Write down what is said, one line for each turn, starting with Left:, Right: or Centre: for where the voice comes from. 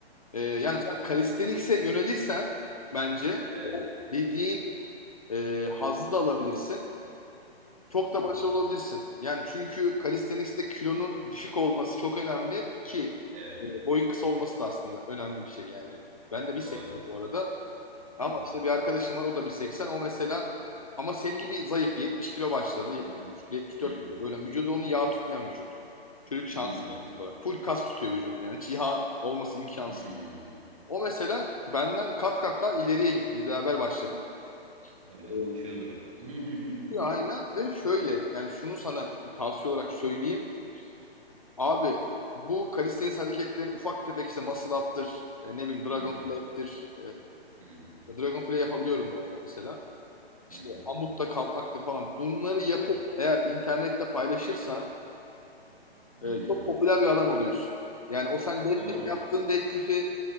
Left: E, yani
Right: Hı hı.
Left: sen kalistenikse yönelirsen bence
Right: Evet.
Left: o dediğin e, hazzı da alabilirsin. Çok
Right: Hı
Left: da
Right: hı.
Left: başarılı olabilirsin. Yani çünkü calisthenics'te kilonun düşük olması çok önemli ki
Right: Evet.
Left: e, boyun kısa olması da aslında önemli bir şey yani. Ben de 1.80
Right: Doğru.
Left: bu arada. Ama
Right: Hı hı.
Left: işte bir arkadaşım var o da 1.80. O mesela ama senin gibi zayıf. 70 kilo başladı. 73,
Right: Hı hı.
Left: 74
Right: Hı hı.
Left: kilo. Böyle vücudu onu yağ tutmayan vücut. Çocuk şanslı
Right: Hı hı.
Left: yani. tip olarak. Full kas tutuyor vücudu yani. Hiç yağ olması imkansız.
Right: Hı hı.
Left: O mesela benden kat kat daha ileriye gitti. Biz beraber başladık.
Right: Tabii
Left: Ee,
Right: canım uçuyordur o. <laughs>
Left: Aynen ve şöyle yani şunu sana bir tavsiye olarak söyleyeyim. Abi bu calisthenics hareketlerin ufak tefek işte muscle up'tır, e, ne bileyim dragon
Right: Hı hı,
Left: fly'tir.
Right: hı hı,
Left: E, dragon fly yapabiliyorum bu arada mesela. İşte
Right: hı hı,
Left: amutta kalkmaktır falan. Bunları yapıp
Right: hı.
Left: eğer internette paylaşırsan
Right: Hmm,
Left: e, çok popüler bir adam oluyorsun. Yani o sen deadlift
Right: Doğru.
Left: yaptığın deadlift'i